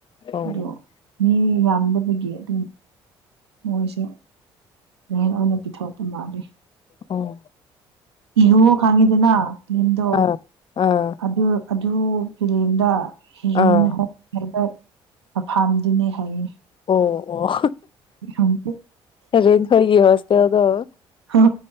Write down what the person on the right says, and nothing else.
ꯑꯗꯣ ꯃꯤ ꯌꯥꯝꯗꯕꯒꯤ ꯑꯗꯨꯝ ꯃꯣꯏꯁꯦ ꯌꯦꯟ ꯑꯣꯏꯅ ꯄꯤꯊꯣꯔꯄ ꯃꯥꯜꯂꯤ
ꯏꯍꯨ ꯈꯥꯡꯉꯤꯗꯅ ꯂꯤꯟꯗꯣ
ꯑꯗꯨ ꯑꯗꯨ ꯐꯤꯂꯝꯗ ꯍꯤꯔꯟ
ꯍꯥꯏꯕ ꯃꯐꯥꯝꯗꯨꯅꯦ ꯍꯥꯏꯌꯦ
ꯁꯝꯇꯦ
ꯍ